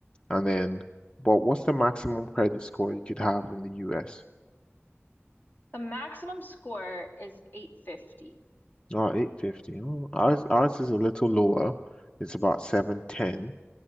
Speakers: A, on the left; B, on the left.
A: And then, but what's the maximum credit score you could have in the US?
B: The maximum score is 850.
A: Oh, eight fifty. Oh, ours, ours is a little lower. It's about 710,